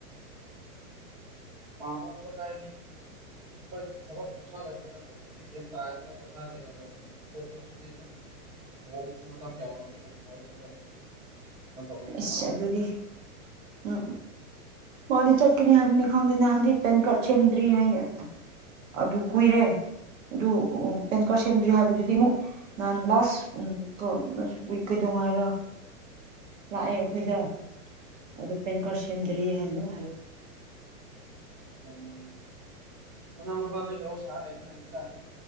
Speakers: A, on the right; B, on the right.
A: ꯄꯥꯝꯃꯨꯕ ꯂꯥꯏꯔꯤ ꯍꯣꯏ ꯊꯕꯛ ꯄꯩꯁꯥ ꯂꯩꯇ꯭ꯔꯒ ꯊꯣꯛꯄꯅꯤ ꯒꯦꯟ ꯇꯥꯔꯕꯗ ꯄꯩꯁꯥ ꯂꯩꯅ <unintelligible> ꯊꯣꯛꯄꯁꯤꯗꯤ ꯑꯗꯨꯝ ꯂꯨꯍꯣꯡꯕꯁꯨ ꯃꯇꯝ ꯌꯥꯎꯔꯝꯅꯤꯅ ꯑꯔꯦꯝꯕꯗ ꯀꯩꯅꯣ ꯇꯧꯔꯤꯕꯅꯤꯗ
B: ꯑꯁ ꯑꯗꯨꯗꯤ ꯎꯝ ꯃꯗꯤ ꯆꯠꯀꯅꯤ ꯍꯥꯏꯕꯅꯤ ꯈꯪꯗꯦ ꯅꯍꯥꯟꯗꯤ ꯄꯦꯟꯀꯥꯔꯗ ꯁꯦꯝꯗ꯭ꯔꯤ ꯍꯥꯏꯌꯦ ꯑꯗꯨ ꯀꯨꯏꯔꯦ ꯑꯗꯨ ꯄꯦꯟꯀꯔꯗ ꯁꯦꯝꯗ꯭ꯔꯤ ꯍꯥꯏꯕꯗꯨꯗꯤ ꯑꯃꯨꯛ ꯅꯍꯥꯟ ꯂꯥꯁ <unintelligible> ꯀꯩꯗꯧꯉꯥꯏꯔ ꯂꯥꯛꯑꯦ ꯑꯩꯈꯣꯏꯗ ꯑꯗꯨ ꯄꯦꯟꯀꯥꯔꯗ ꯁꯦꯝꯗꯔꯤ ꯍꯥꯏꯅ ꯑꯃꯨꯛ ꯍꯥꯏꯔꯛ
A: ꯎꯝ ꯃꯅꯥꯎ ꯅꯨꯄꯥꯖꯨ ꯍꯦꯔꯣ ꯁꯥꯔ ꯂꯩꯗꯅ ꯑꯗꯨꯗ